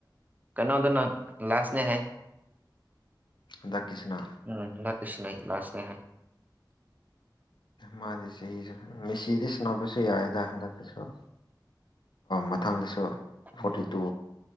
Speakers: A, on the right; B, on the left.
A: ꯀꯩꯅꯣꯗꯅ ꯂꯥꯁꯅꯦ ꯍꯥꯏ <unintelligible>
B: ꯑꯗꯀꯤ ꯁꯅ
A: ꯎꯝ ꯂꯀꯤꯁꯨꯅ ꯂꯥꯁꯅꯦ ꯍꯥꯏ
B: ꯃꯥꯗꯤ ꯆ ꯃꯦꯁꯤꯗꯤꯁ ꯅꯕꯁ ꯍꯥꯏꯗ ꯑꯟꯗ ꯄꯨꯁꯨꯣ ꯃꯊꯪꯗꯁꯨ ꯐꯣꯔꯇꯤ
A: ꯎꯝ
B: ꯇꯨ